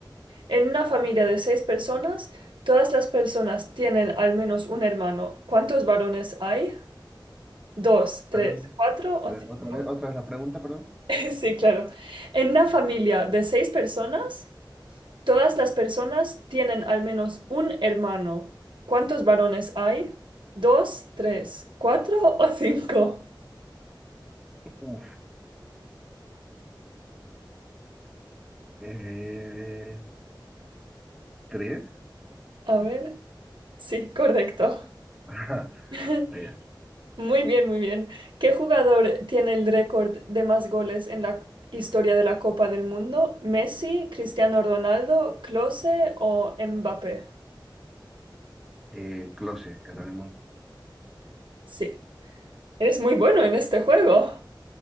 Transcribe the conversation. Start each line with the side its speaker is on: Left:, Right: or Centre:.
Right: En una familia de seis personas, todas las personas tienen al menos un hermano. ¿Cuántos varones hay? ¿Dos, tres,
Centre: Perdón.
Right: cuatro o
Centre: A ver,
Right: cinco?
Centre: otra vez, otra vez la pregunta, perdón.
Right: <laughs> Sí, claro. En una familia de seis personas, todas las personas tienen al menos un hermano. ¿Cuántos varones hay? ¿Dos, tres, cuatro o cinco?
Centre: Uf. Eh, ¿tres?
Right: A ver. Sí, correcto.
Centre: <laughs> Ajá.
Right: <laughs>
Centre: Eh,
Right: Muy bien, muy bien. ¿Qué jugador tiene el récord de más goles en la historia de la Copa del Mundo? ¿Messi, Cristiano Ronaldo, Klose o Mbappé?
Centre: eh, close, el alemán.
Right: Sí, eres muy bueno en este juego.